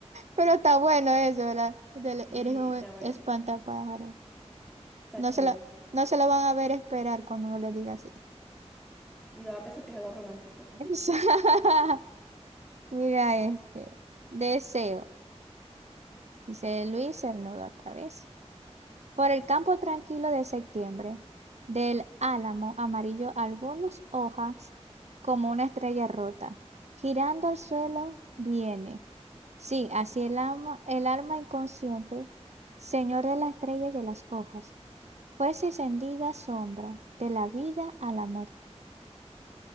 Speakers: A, on the right; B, in the centre.
A: Pero está bueno eso, ¿verdad? Del-
B: Y
A: eres un
B: está bueno.
A: espantapájaro.
B: Está
A: No
B: chido.
A: se lo, no se lo van a ver esperar cuando uno le diga así.
B: Y va a pensar que es algo romántico.
A: <laughs> Mira este. Deseo. Dice Luis Cernuda otra vez. Por el campo tranquilo de septiembre, del álamo amarillo algunas hojas como una estrella rota, girando al suelo viene. Sí, así el alma, el alma inconsciente, señor de la estrella y de las hojas, pues encendida sombra de la vida a la muerte.